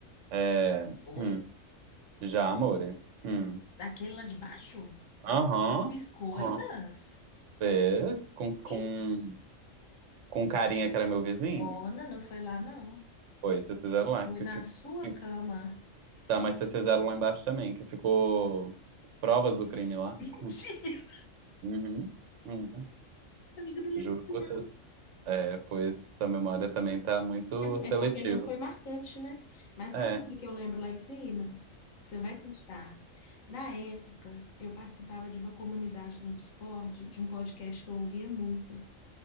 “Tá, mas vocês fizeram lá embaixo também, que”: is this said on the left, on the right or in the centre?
Right